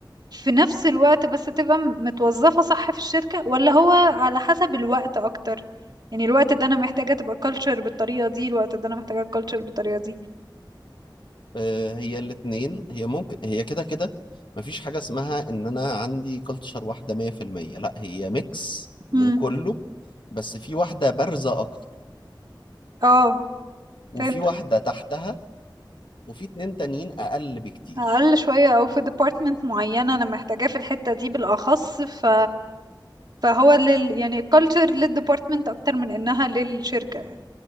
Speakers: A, on the right; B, on the left.
A: في نفس الوقت بس تبقى م- متوظفة صح في الشركة ولا هو على حسب الوقت أكتر يعني الوقت ده أنا محتاجة تبقى كالتشر بالطريقة دي الوقت ده أنا محتاجة كالتشر بالطريقة دي
B: آه هي الاتنين هي ممكن هي كده كده مفيش حاجة اسمها ان انا عندي كلتشر واحدة 100% لا هي ميكس من
A: امم
B: كله بس في واحدة بارزة اكتر
A: اه
B: وفي
A: فهمت
B: واحدة تحتها وفي اتنين تانيين اقل بكتير
A: اقل شويه او في ديبارتمنت معينه انا محتاجاه في الحته دي بالاخص ف فهو لل يعني الكالتشر للديبارتمنت اكتر من انها للشركه يعني